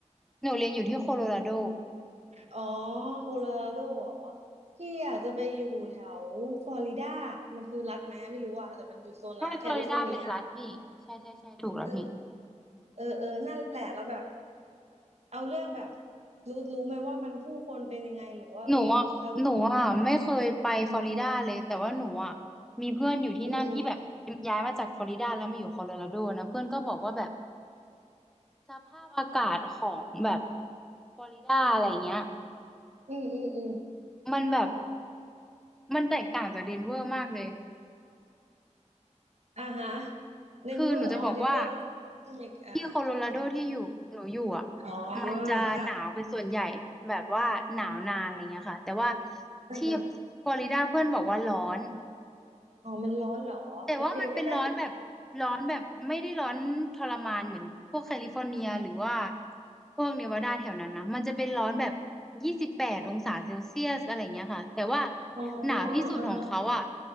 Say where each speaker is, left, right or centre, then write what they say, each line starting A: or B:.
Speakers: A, in the centre; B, on the right.
A: หนูเรียนอยู่ที่โคโลราโด
B: อ๋อโคโลราโดเหรอพี่อาจจะไปอยู่แถวฟลอริดามันคือรัฐไหมไม่รู้อะแต่มันอยู่โซนนั้นนะแคลิฟอร์เนีย
A: ใช่ฟลอริดาเป็นรัฐพี่ใช่ใช่ใช่ถูกแล้วพี่
B: เออเออเออนั่นแหละแล้วแบบเอาเรื่องแบบรู้รู้ไหมว่ามันผู้คนเป็นยังไงหรือว่าเออเขาเป็นยังไง
A: หนูอ่ะหนูอ่ะไม่เคยไปฟลอริดาเลยแต่ว่าหนูอ่ะมีเพื่อนอยู่ที่นั่นที่แบบย้ายมาจากฟลอริดาแล้วมาอยู่โคโลราโดนะเพื่อนก็บอกว่าแบบ
B: อืมอืม
A: สภาพอากาศของแบบฟลอริดาอะไรเงี้ย
B: อืมอืมอืม
A: มันแบบมันแตกต่างจากเดนเวอร์มากเลย
B: อ่าฮะเดนเวอร์อ๋อเดนเวอร์
A: คือหนูจะบอกว่า
B: ที่เมกอ่าอะ
A: ที่โคโลราโดที่อยู่หนูอยู่อ่ะ
B: อ๋อ
A: มันจะหนาวเป็นส่วนใหญ่แบบว่าหนาวนานอะไรเงี้ยค่ะแต่ว่า
B: ค่ะเออเออ
A: ที่ฟลอริดาเพื่อนบอกว่าร้อน
B: อ๋อมันร้อนเหรอโอเคก็ได้
A: แต่ว่ามันเป็นร้อนแบบร้อนแบบไม่ได้ร้อนทรมานเหมือนพวกแคลิฟอร์เนียหรือว่าพวกเนวาดาแถวนั้นนะมันจะเป็นร้อนแบบยี่สิบแปดองศาเซลเซียสอะไรเงี้ยค่ะแต่ว่า
B: อ๋อ
A: หนาวที่สุดของเขาอ่ะ
B: อ่าฮะ